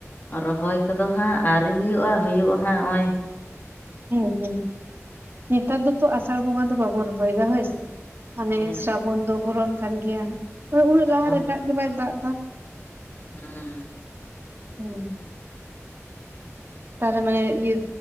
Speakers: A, on the left; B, on the right.
A: ᱨᱚᱦᱚᱭ ᱠᱚᱫᱚ ᱦᱟᱸᱜ ᱟᱹᱣᱨᱤ ᱦᱩᱭᱩᱜᱼᱟ ᱦᱩᱭᱩᱜᱼᱟ ᱦᱟᱸᱜ ᱦᱚᱜᱼᱚᱭ
B: ᱦᱩᱸ ᱦᱩᱸ ᱱᱮᱛᱟᱨ ᱫᱚᱛᱚ ᱟᱥᱟᱲ ᱵᱚᱸᱜᱟ ᱫᱚ ᱵᱟᱵᱚᱱ ᱨᱚᱦᱚᱭ ᱫᱟ ᱦᱳᱭ ᱥᱮ ᱢᱟᱱᱮ
A: ᱦᱮᱸ
B: ᱥᱨᱟᱵᱚᱱ ᱫᱚ ᱵᱚᱞᱚᱱ ᱠᱟᱱ ᱜᱮᱭᱟ ᱩᱱᱟᱹᱜ
A: ᱥᱨᱟᱵᱚᱱ
B: ᱞᱟᱦᱟᱨᱮ ᱫᱟᱜ ᱜᱮ ᱵᱟᱭ ᱫᱟᱜᱽ ᱮᱫᱟ
A: ᱦᱩᱸ
B: ᱦᱩᱸ ᱛᱟᱦᱚᱞᱮ ᱢᱟᱱᱮ ᱤᱭᱟᱹ